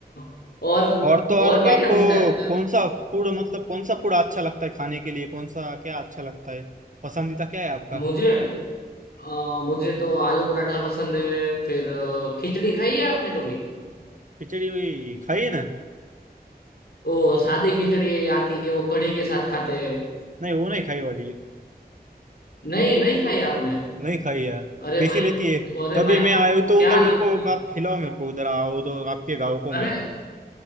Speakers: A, on the left (about 70°); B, on the right (about 50°).
A: <laughs> और
B: और तो और
A: और क्या
B: आपको
A: क्या मिलता है उधर?
B: कौन सा फूड मतलब कौन सा फूड अच्छा लगता है खाने के लिए कौन सा क्या अच्छा लगता है पसंदीदा क्या है आपका
A: मुझे अ, मुझे तो आलू पराठा पसंद है फिर अ, खिचड़ी खाई है आपने कभी
B: खिचड़ी वही खाई है ना
A: ओ सादी खिचड़ी आती है वो कढ़ी के साथ खाते हैं
B: नहीं वो नहीं खाई वाली
A: नहीं नहीं खाई है आपने
B: नहीं खाई है
A: अरे
B: कैसी
A: भाई
B: रहती है
A: अरे
B: कभी
A: भाई
B: मैं
A: वो
B: आयो तो
A: क्या
B: उधर
A: लगती
B: मेरे को
A: है
B: आप खिलाओ मेरे को उधर आओ तो आपके गाँव को
A: अरे
B: मैं
A: अरे